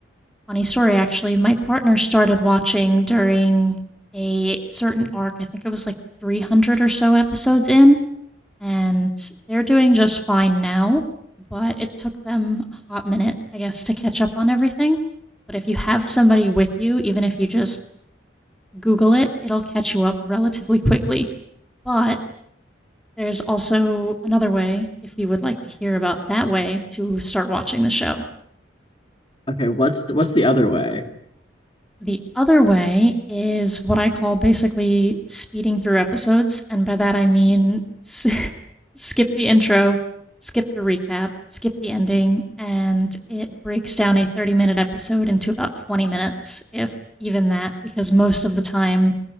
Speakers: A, in the centre; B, on the left.
A: funny story actually. My partner started watching during a certain arc. I think it was like 300 or so episodes in, and they're doing just fine now, but it took them a hot minute, I guess, to catch up on everything. But if you have somebody with you, even if you just Google it, it'll catch you up relatively quickly. But there's also another way, if you would like to hear about that way, to start watching the show.
B: Okay, what's the, what's the other way?
A: The other way is what I call basically speeding through episodes. And by that, I mean s- <laughs> skip the intro, skip the recap, skip the ending, and it breaks down a 30 minute episode into about 20 minutes, if even that, because most of the time